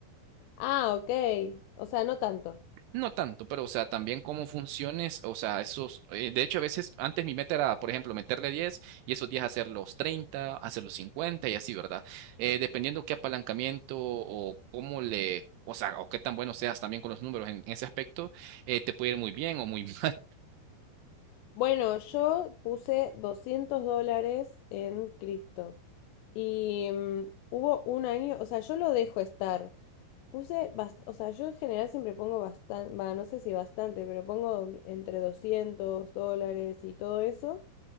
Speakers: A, on the left; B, on the right.
A: Ah, ok. O sea, no tanto.
B: No tanto, pero o sea, también cómo funciones, o sea, esos, eh, de hecho a veces antes mi meta era, por ejemplo, meterle 10 y esos 10 hacer los 30 hacer los 50 y así, ¿verdad? Eh, dependiendo qué apalancamiento o cómo le, o sea, o qué tan bueno seas también con los números en, ese aspecto, eh, te puede ir muy bien o muy <laughs> mal.
A: Bueno, yo puse 200 dólares en cripto. Y mm, hubo un año, o sea, yo lo dejo estar. Puse, bast- o sea, yo en general siempre pongo bastante, va, no sé si bastante, pero pongo entre 200 dólares y todo eso.